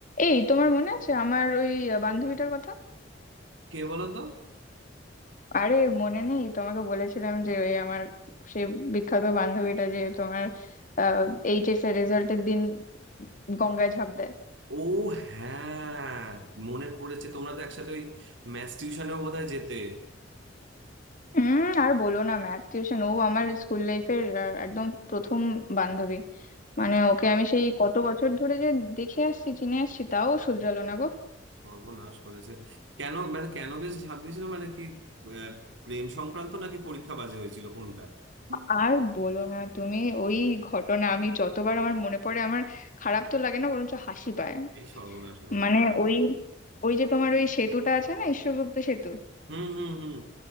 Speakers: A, on the left; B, on the right.
A: এই তোমার মনে আছে আমার ওই বান্ধবীটার কথা
B: কে বলো তো
A: আরে মনে নেই তোমাকে বলেছিলাম যে ওই আমার সে বিখ্যাত বান্ধবীটা যে তোমার এইচএস এর রেজাল্টের দিন গঙ্গায় ঝাঁপ দেয়
B: ও হ্যাঁ মনে পড়েছে তোমরা তো একসাথে ওই ম্যাথ টিউশনেও বোধহয় যেতে
A: হুম আর বলো না ম্যাথ টিউশন ও আমার স্কুল লাইফের একদম প্রথম বান্ধবী মানে
B: আচ্ছা
A: ওকে আমি সেই কত বছর ধরে যে দেখে আসছি চিনে আসছি তাও শুধরালো না গো
B: সর্বনাশ করেছে কেন মানে কেন বেশ ঝাঁপ দিয়েছিল মানে কি আহ, প্রেম সংক্রান্ত নাকি পরীক্ষা বাজে হয়েছিল কোনটা হুম,
A: আর বলো না তুমি ওই ঘটনা আমি যতবার আমার মনে পড়ে আমার খারাপ তো লাগে না বরঞ্চ হাসি পায়
B: এই সর্বনাশ করেছে
A: মানে
B: কেন?
A: ওই ওই যে তোমার ওই সেতুটা আছে না ঈশ্বরগুপ্ত সেতু
B: হুম হুম হুম